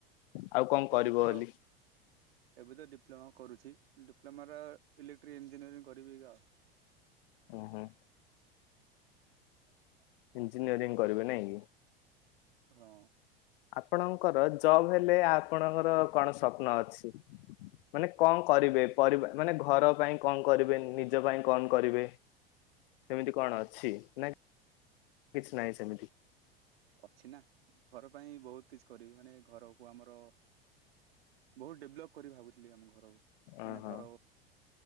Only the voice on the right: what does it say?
ଏବେ ତ
ଏବେ ତ ଡିପ୍ଲୋମା କରୁଛି। ଡିପ୍ଲୋମ ର ଇଲେକ୍ଟ୍ରିକ ଇଞ୍ଜିନିୟରିଂ କରିବି କି ଆଉ।
ହ <inaudible>
ହଁ।
ଅଛି ନା ଘର ପାଇଁ ବହୁତ କିଛି କରିବି ମାନେ ଘରକୁ ଆମର ବହୁତ ଡେଭଲପ କରି ଭାବୁଥିଲି ଆମ ଘରକୁ। ମାନେ
ଘର